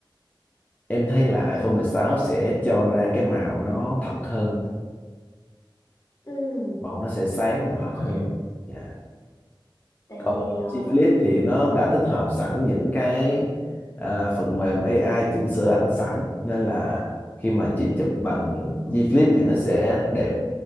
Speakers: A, on the left; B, on the left.
A: em thấy là iPhone
B: Ừ.
A: 16 sẽ cho ra cái màu nó thật hơn
B: Ừ.
A: màu nó sẽ sáng
B: cũng hơi
A: và
B: khó
A: thật hơn
B: ha
A: Dạ.
B: tại
A: còn
B: vì ờ,
A: G Flip thì nó đã tích hợp sẵn những cái à, phần mềm AI chỉnh sửa ảnh sẵn nên là khi mà chị chụp bằng G Flip thì nó sẽ đẹp